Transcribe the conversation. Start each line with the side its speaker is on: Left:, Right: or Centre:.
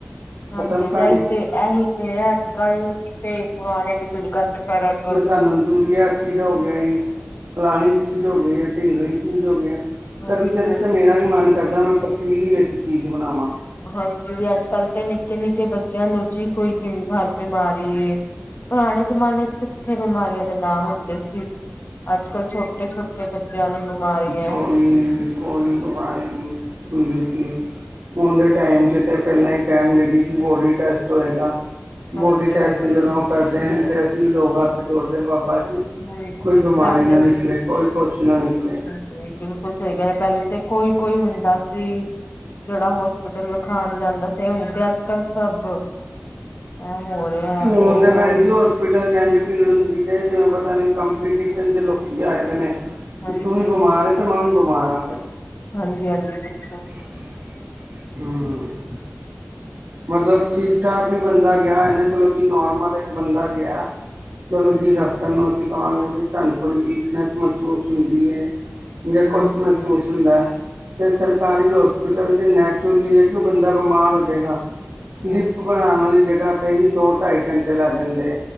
Right: ਖਤਮ
Left: ਹਾਂਜੀ ਇਹੀ
Right: ਕਹਾਣੀ
Left: ਤੇ ਇਹੀ ਤੇ ਹੈ ਅੱਜ ਕੱਲ ਤੇ ਪੁਰਾਣੇ ਬਜ਼ੁਰਗਾਂ ਚ ਫ਼ਰਕ
Right: ਨੰਜ਼ੂਰੀਆ ਸੀ <unintelligible> ਚੀੜਾ ਹੋ ਗਿਆ ਜੀ, ਫਲਾਣੀ ਚੀਜ਼ ਹੋ ਗਈ ਹੈ, ਢੀਂਗਲੀ ਚੀਜ਼ ਹੋ ਗਈ
Left: ਹਾਂਜੀ
Right: ਕਦੀ- ਕਦੀ
Left: ਹਾਂਜੀ।
Right: ਤਾਂ ਮੇਰਾ ਵੀ ਮਨ ਕਰਦਾ ਮੈਂ ਪਤੀਲੀ ਵਿੱਚ ਚੀਜ਼ ਬਣਾਵਾਂ
Left: ਹਾਂਜੀ ਵੀ ਅੱਜ ਕੱਲ੍ਹ ਤਾਂ ਨਿੱਕੇ -ਨਿੱਕੇ ਬੱਚਿਆਂ ਨੂੰ ਜੀ ਕੋਈ ਹਰ ਬਿਮਾਰੀ। ਪੁਰਾਣੇ ਜ਼ਮਾਨੇ ਚ ਕਿੱਥੇ ਬਿਮਾਰੀਆਂ ਦੇ ਨਾਮ ਹੁੰਦੇ ਸੀ ਅੱਜ ਕੱਲ੍ਹ ਛੋਟੇ ਛੋਟੇ ਬੱਚਿਆਂ ਨੂੰ ਬਿਮਾਰੀ ਹੈ
Right: ਕੋੜੀ ਹੁੰ ਕੋੜੀ ਬਿਮਾਰੀ ਹੁੰਦੇ ਸੀ ਹੁਣ ਦੇ ਟਾਈਮ ਕਿਤੇ ਪਹਿਲਾਂ ਹੀ ਕਹਿਣਗੇ ਜੀ ਜੀ ਬੋਡੀ ਟੈਸਟ ਹੋਏਗਾ
Left: ਹਾਂਜੀ
Right: ਬੋਡੀ
Left: ਹਾਂਜੀ।
Right: ਟੈਸਟ ਜਦੋਂ ਕਰਦੇ ਨੇ ਤੇ ਅਸੀਂ ਲੋਕ ਹੱਥ ਜੋੜਦੇ ਬਾਬਾ ਜੀ
Left: ਬਿਲਕੁਲ
Right: ਕੋਈ ਬਿਮਾਰੀ
Left: ਪਹਿਲੇ
Right: ਨਾ ਨਿਕਲੇ ਕੋਈ ਕੁਛ ਨਾ ਨਿਕਲੇ
Left: ਤੇ ਬਿਲਕੁਲ ਸਹੀ ਗ ਪਹਿਲੇ ਤੇ ਕੋਈ ਕੋਈ ਹੁੰਦਾ ਸੀ ਜਿਹੜਾ ਹੋਸਪਿਟਲ ਵਿਖਾਉਣ ਜਾਂਦਾ ਸੀ ਹੁਣ ਤੇ ਅੱਜ ਕੱਲ੍ਹ ਸਭ ਆ ਹੋਰ ਐ
Right: ਹੁਣ
Left: ਉਹ
Right: ਤੇ
Left: ਹੋਰ
Right: ਭੈਣ ਜੀ ਹੋਸਪਿਟਲ 'ਚ ਇੰਝ ਭੀੜ ਹੁੰਦੀ ਹੈ ਜਿਵੇਂ ਪਤਾ ਨਹੀਂ ਕੰਪੀਟੀਸ਼ਨ 'ਚ ਲੋਕ ਆਏ ਦੇ ਨੇ
Left: ਹਾਂਜੀ
Right: ਤੂੰ ਵੀ ਬਿਮਾਰ ਆ ਤੇ ਮੈਂ ਵੀ ਬਿਮਾਰ ਆ
Left: ਹਾਂਜੀ ਹਾਂਜੀ ਬਿਲਕੁਲ
Right: ਹਾਂ ਮਤਲਬ ਠੀਕ ਠਾਕ ਵੀ ਬੰਦਾ ਗਿਆ ਹੈ ਨਾ ਚਲੋ ਜੀ ਨੋਰਮਲ ਇੱਕ ਬੰਦਾ ਗਿਆ ਚਲੋ ਜੀ ਡਾਕਟਰ ਨੂੰ ਅਸੀਂ ਕਹਾਂਗੇ ਵੀ ਸਾਨੂੰ ਥੋੜ੍ਹੀ ਵੀਕਨੈਸ ਮਹਿਸੂਸ ਹੁੰਦੀ ਹੈ ਮੁੇ
Left: ਹਮ
Right: ਕੁਛ
Left: ਹਮ
Right: ਮਹਿਸੂਸ ਹੁੰਦਾ ਅਤੇ ਸਰਕਾਰੀ ਹੋਸਪਿਟਲ 'ਚ ਨੈਚੁਰਲੀ ਹੈ ਕਿ ਉਹ ਬੰਦਾ ਬਿਮਾਰ ਹੋ ਜਾਵੇਗਾ ਸਲਿੱਪ
Left: ਹਮ
Right: ਬਣਾਉਣ ਵਾਲੀ ਜਗ੍ਹਾ ਤੇਤੇ ਹੀ ਦੋ ਢਾਈ ਘੰਟੇ ਲੱਗ ਜਾਂਦੇ ਆ